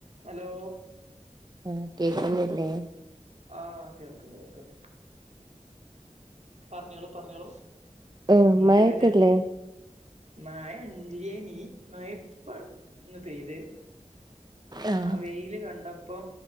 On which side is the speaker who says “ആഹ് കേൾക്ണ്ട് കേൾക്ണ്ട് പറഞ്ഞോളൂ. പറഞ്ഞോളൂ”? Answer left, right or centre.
Right